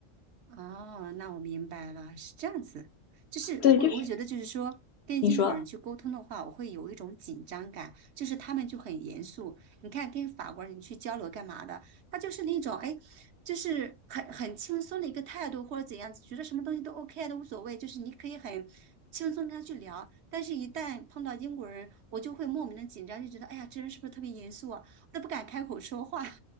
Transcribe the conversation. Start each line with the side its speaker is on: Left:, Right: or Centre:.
Right: 哦，那我明白了，是这样子，就是我会我会觉得，
Left: 对，就是
Right: 就是说跟英国人去沟通的话，
Left: 你说。
Right: 我会有一种紧张感，就是他们就很严肃。你看，跟法国人去交流干嘛的，他就是那种哎，就是很很轻松的一个态度或者怎样子，觉得什么东西都 OK 啊都无所谓，就是你可以很轻松跟他去聊。但是，一旦碰到英国人，我就会莫名的紧张，就觉得哎呀，这人是不是特别严肃啊？我都不敢开口说话。<laughs>